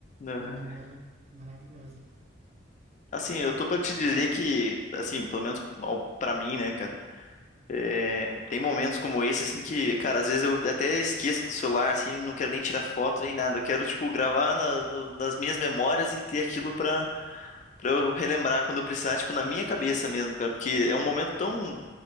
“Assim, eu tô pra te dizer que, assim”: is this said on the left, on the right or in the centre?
Left